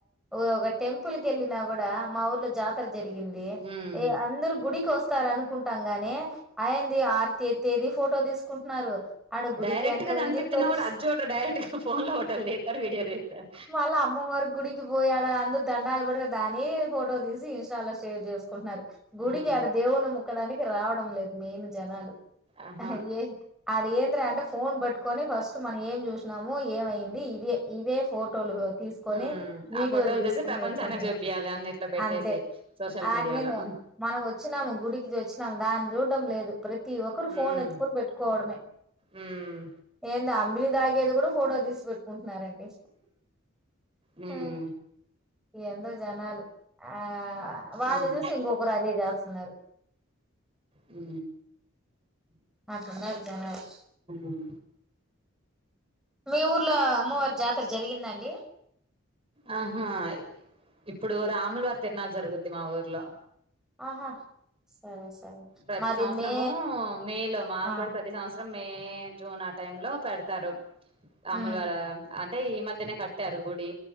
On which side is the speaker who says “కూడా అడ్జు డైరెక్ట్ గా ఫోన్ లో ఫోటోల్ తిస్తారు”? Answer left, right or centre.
Right